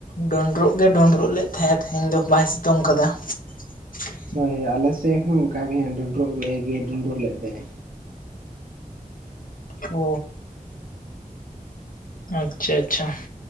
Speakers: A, on the left (about 70°); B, on the right (about 75°).
A: ᱰᱩᱸᱰᱨᱩᱜ ᱜᱮ ᱰᱩᱸᱰᱨᱩᱜ ᱞᱮᱫ ᱛᱟᱦᱮᱸ ᱛᱮᱦᱮᱧ ᱫᱚ ᱵᱟᱭ ᱥᱤᱛᱩᱝ ᱠᱟᱫᱟ <unintelligible>
B: ᱦᱳᱭ ᱦᱳᱭ ᱟᱞᱮ ᱥᱮᱫ ᱦᱚᱸ ᱚᱱᱠᱟᱜᱮ ᱰᱩᱸᱰᱨᱩᱜ ᱞᱮ ᱰᱩᱸᱰᱩᱜ ᱞᱮᱫ ᱛᱟᱦᱮᱸ
A: ᱚ ᱟᱪᱪᱷᱟ ᱟᱪᱪᱷᱟ